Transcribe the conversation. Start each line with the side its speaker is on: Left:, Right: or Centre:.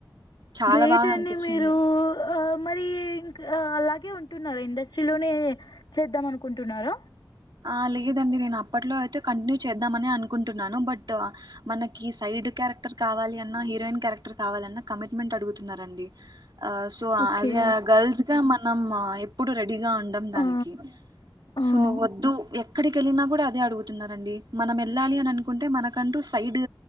Right: చాలా
Left: గ్రేట్
Right: బాగా
Left: అండి
Right: అనిపించింది
Left: మీరు మరి ఇంకా అలాగే ఉంటు న్నారు ఇండస్ట్రీలోనే చేద్దాం అనుకుంటున్నార
Right: ఆ లేదండి నేను అప్పట్లో అయితే కంటిన్యూ చేద్దామని అనుకుంటున్నాను బట్ మనకి లిడ్ క్యారెక్టర్ కావాలి అన్నా హీరోయిన్ క్యారెక్టర్ కావాల అన్న కమిట్మెంట్ అడుగుతున్నారండి ఆ so as
Left: okay
Right: a girls గా మనం ఎప్పుడు రె డిగా ఉండం దానికి
Left: ఆ అవును
Right: సో వ ఎక్కడి ఎళ్ళిన కూడ అదే అడుగుతున్నరండి మనం ఎళ్ళాలి అనుకుంటే మనకంటు సైడు